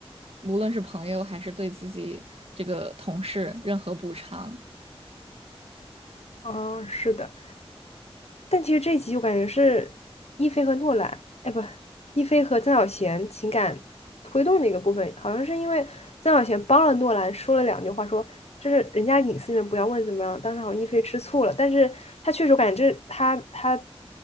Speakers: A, on the right; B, on the left.
A: 无论是朋友还是对自己这个同事任何补偿，
B: 嗯，是的，但其实这一集我感觉是一菲和诺兰，哎不，一菲和曾小贤情感推动的一个部分，好像是因为曾小贤帮了诺兰说了两句话说，这是人家隐私里面不要问怎么样。当时好像一菲吃醋了，但是他确实我感觉这他他